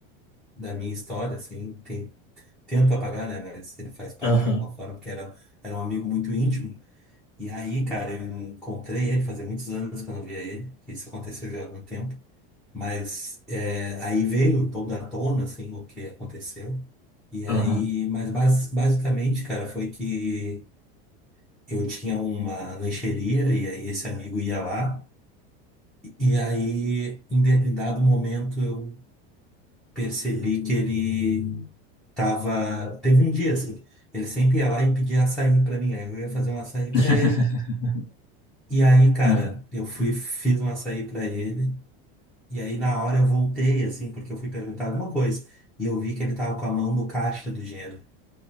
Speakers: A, in the centre; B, on the left.
A: da minha história, assim. Tem, tento apagar, né? Mas ele faz parte
B: Aham,
A: de alguma forma, porque era, era um amigo muito íntimo. E aí, cara, eu encontrei ele, fazia muitos anos que eu não via ele, que isso aconteceu já há algum tempo, mas é, aí veio toda à tona, assim, o que aconteceu, e aí,
B: aham.
A: mas bas- basicamente, cara, foi que eu tinha uma lancheria, e aí esse amigo ia lá, e aí, em de- em dado momento, eu percebi que ele tava, teve um dia, assim, ele sempre ia lá e pedia açaí pra mim, aí eu ia fazer um açaí pra
B: <laughs>
A: ele, E aí, cara,
B: Ah,
A: eu fui, fiz um açaí pra ele. E aí, na hora, eu voltei, assim, porque eu fui perguntar alguma coisa. E eu vi que ele tava com a mão no caixa do dinheiro.